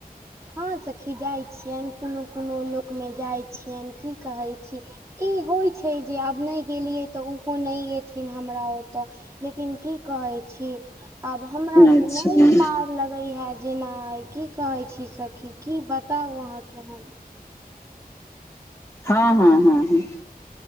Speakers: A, on the right; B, on the left.
A: हं सखी जाइ छियनि कोनो कोनो लोक मे जाइ छियनि की कहैय छी। ई होइ छैय जे आब नइ गेलियै तऽ ओहो नहि एथिन हमरा ओतऽ। लेकिन की कहैय छी आब हमरा स
B: अच्छा
A: नैई पार लगैया जेनाय की कहैय छी। सखी की बताउ अहां के हम।
B: हां हं हं हं।